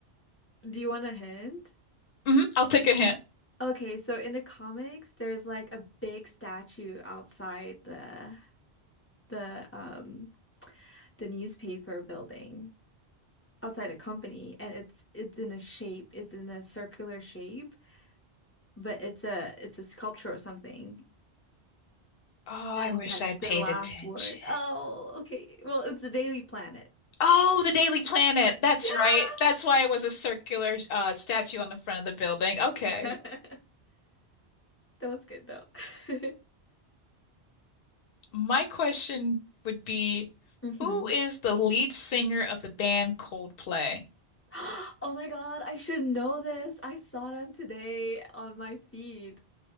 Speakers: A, on the left; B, on the left.
A: Do you want a hint?
B: hmm I'll take a hint.
A: Okay, so in the comics, there's like a big statue outside the the um the newspaper building outside a company, and it's it's in a shape, it's in a circular shape, but it's a it's a sculpture or something,
B: Oh, I
A: and
B: wish
A: that's
B: I paid
A: the last
B: attention.
A: word. Oh, okay. Well, it's the Daily Planet.
B: Oh, the Daily Planet. That's
A: Yeah,
B: right. That's why it was a circular uh, statue on the front of the building. Okay.
A: <laughs> that was good though. <laughs>
B: My question would be,
A: hmm
B: who is the lead singer of the band Coldplay?
A: <gasps> Oh my God, I should know this. I saw them today on my feed.